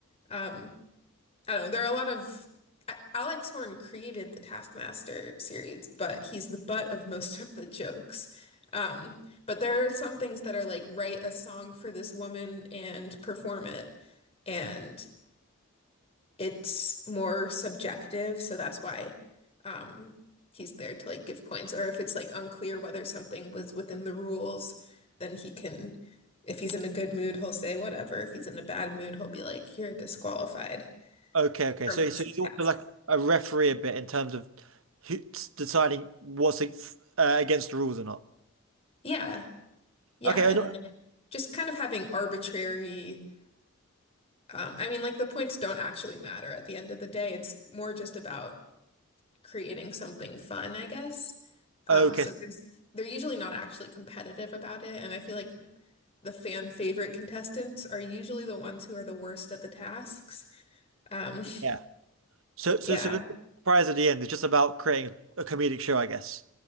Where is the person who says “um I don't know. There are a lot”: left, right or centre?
Left